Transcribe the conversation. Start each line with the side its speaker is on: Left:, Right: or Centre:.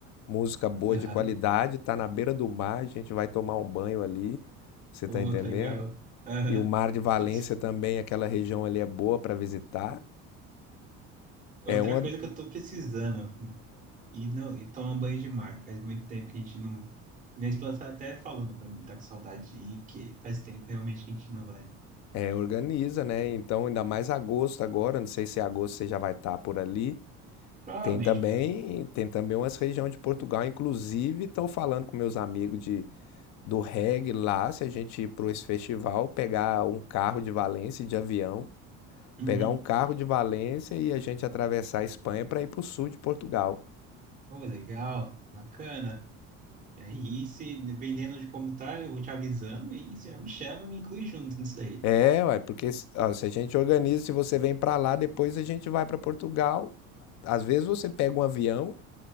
Left: música boa
Right: Aham.
Left: de qualidade, tá na beira do mar, a gente vai tomar um banho ali, você
Right: Oh,
Left: tá entendendo?
Right: tá legal. Aham.
Left: E o Mar de Valência
Right: Tô-
Left: também, aquela região ali é boa para visitar.
Right: É
Left: É
Right: Outra
Left: uma,
Right: coisa que eu tô precisando. assim. E não, e tomar um banho de mar. Faz muito tempo que a gente não. Minha esposa tá até falando pra mim, tá com saudade de ir, porque faz tempo realmente que a gente não vai.
Left: é, organiza, né? Então, ainda mais agosto agora, não sei se em agosto você já vai estar por ali.
Right: Provavelmente,
Left: Tem também,
Right: provavelmente.
Left: tem também umas regiões de Portugal, inclusive estão falando com meus amigos de, do reggae lá, se a gente ir para esse festival, pegar um carro de Valência de avião,
Right: Uhum.
Left: pegar um carro de Valência e a gente atravessar a Espanha para ir para o sul de Portugal.
Right: Oh, legal, bacana. E aí, se dependendo de como tá, eu vou te avisando e aí você já me chama e me inclui junto nisso daí.
Left: É, ué, porque ó, se a gente organiza, se você vem para lá, depois a gente vai para Portugal. Às vezes você pega um avião